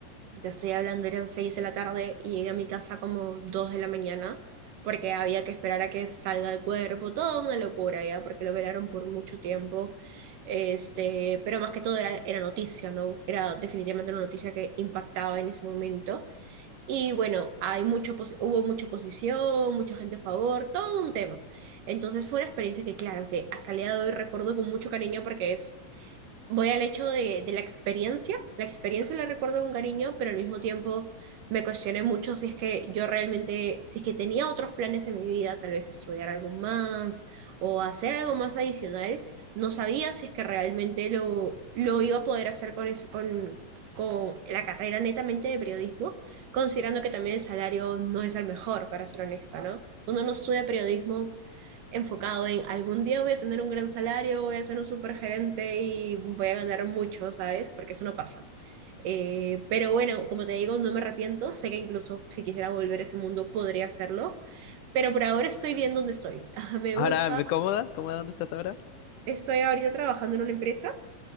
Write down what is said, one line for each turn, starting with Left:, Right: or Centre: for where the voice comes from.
Right: te estoy hablando, eran 6 de la tarde y llegué a mi casa como 2 de la mañana porque había que esperar a que salga el cuerpo, toda una locura ya, porque lo velaron por mucho tiempo, este, pero más que todo era, era noticia, ¿no? Era definitivamente una noticia que impactaba en ese momento y bueno, hay mucho, opos- hubo mucha oposición, mucha gente a favor, todo un tema. Entonces fue una experiencia que claro, que hasta el día de hoy recuerdo con mucho cariño porque es voy al hecho de, de la experiencia. La experiencia la recuerdo con cariño, pero al mismo tiempo me cuestioné mucho si es que yo realmente, si es que tenía otros planes en mi vida, tal vez estudiar algo más o hacer algo más adicional. No sabía si es que realmente lo, lo iba a poder hacer con ese, con, con la carrera netamente de periodismo, considerando que también el salario no es el mejor, para ser honesta, ¿no? Uno no estudia periodismo enfocado en algún día voy a tener un gran salario, voy a ser un super gerente y voy a ganar mucho, ¿sabes? Porque eso no pasa. Eh, pero bueno, como te digo, no me arrepiento. Sé que incluso si quisiera volver a ese mundo podría hacerlo, pero por ahora estoy bien donde estoy. <laughs> Me
Left: Ahora,
Right: gusta.
Left: ¿cómoda? ¿Cómoda dónde estás ahora?
Right: Estoy ahorita trabajando en una empresa